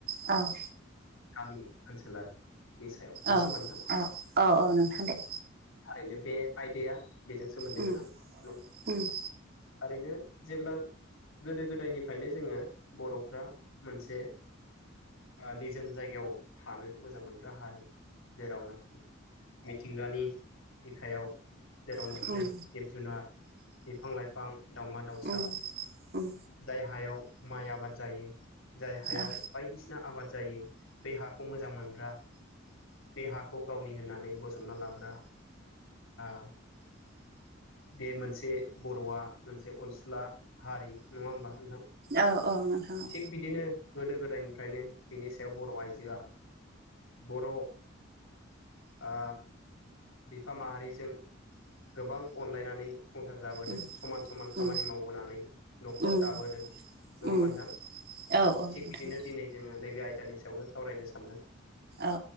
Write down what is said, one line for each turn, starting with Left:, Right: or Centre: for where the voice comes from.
Right: औ
Left: गामि ओनसोलारिनि सायाव नङा
Right: औ
Left: होमबा नोंथां थारैनो
Right: औ औ नोंथां दे
Left: बे आयदाया बेजों सोमोन्दो
Right: उम
Left: गोनां नंगौ
Right: उम
Left: थारैनो जेब्ला गोदो गोदायनिफ्रायनो जोंङो बर'फ्रा मोनसे निजोम जायगायाव थानो मोजां मोनग्रा हारि जेरावनाखि मिथिंगानि बिखायाव जेरावनाखि
Right: उम
Left: जुनार बिफां लाइफां दावमा दाउसा
Right: उम उम उम
Left: जाय हायाव माइ आबाद जायो जाय हायाव
Right: औ
Left: बायदिसिना आबाद जायो बे हाखौ मोजां मोनग्रा बे हाखौ गावनि होननानै बजबना लाग्रा आ बे मोनसे बर'आ मोनसे अनसुला हारि नङा होमबा नोंथां
Right: औ औ नोंथां औ
Left: थिग बिदिनो गोदो गोदायनिफ्रायनो बिनि सायाव बर' आइजोआ बर' आ बिफा माहारिजों गोबां अनलायनानै संसार जाबोदों
Right: उम
Left: समान समान
Right: उम
Left: खामानि मावबोनानै न'खर
Right: उम
Left: दाबोदों नङा
Right: उम
Left: होनबा नोंथां
Right: औ औ
Left: थिग
Right: नोंथां
Left: बिदिनो दिनै जोङो नैबे आयदानि सायावनो सावरायनो सानदों
Right: औ